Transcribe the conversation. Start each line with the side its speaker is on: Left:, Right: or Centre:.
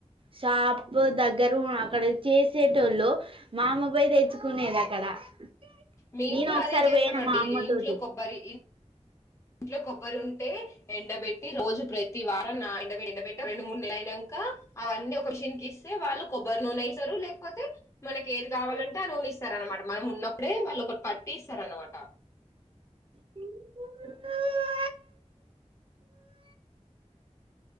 Right: షాప్ దగ్గర అక్కడ చేసేటోళ్ళు మా అమ పోయ్ తెచ్చుకునేది అక్కడ ఇక్కడ
Left: మేము
Right: నేను
Left: కూడా
Right: ఒకసారి
Left: అదే చేస్తామండి
Right: పోయిన మా అమ్మ
Left: ఇంట్లో
Right: తోటి
Left: కొబ్బరి ఇంట్లో కొబ్బరి ఉంటే ఎండబెట్టి రోజు ప్రతి వారం నా ఎండపెట్ట రెండు మూడు నెల అయినంక అవన్నీ ఒకషన్ కి వాళ్ళు కొబ్బరి నూనెస్తారు. లేకపోతే మనకి ఏది కావాలంటే ఆ నూన ఇస్తారు అనమాట. మనం ఉన్నప్పు ఇప్పుడే వాళ్ళు ఒకటి పట్టి ఇస్తార అనమాట.
Right: <inaudible>